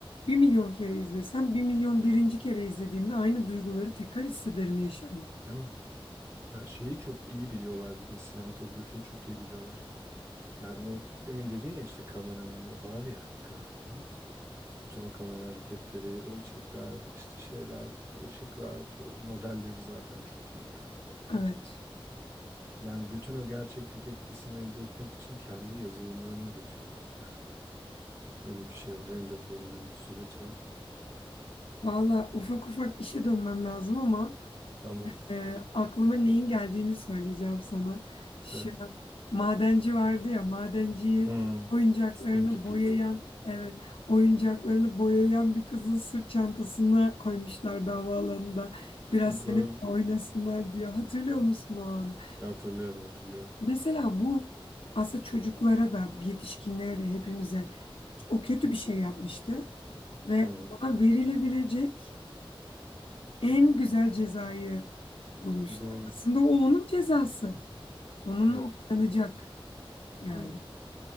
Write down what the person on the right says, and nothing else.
Değil mi? Ya şeyi çok iyi biliyorlar bir de sinematografiyi çok iyi biliyorlar. Yani o demin dediğin ya işte kamera mamera var yani kamera olmaz mı? Bütün o kamera hareketleri, ölçekler, işte şeyler, işte ışıklar, o modelleri zaten çok iyi yani. O,
yani bütün o gerçeklik etkisini elde etmek için kendi yazılımlarını üretiyorlar yani. Öyle bir şey, o render denilen bir süreç var.
Tamam,
tamam.
sel.
Hmm.
Stinky Pete.
Doğru.
Hatırlıyorum, hatırlıyorum.
Hı hı.
Doğru.
Evet.
Hı hı.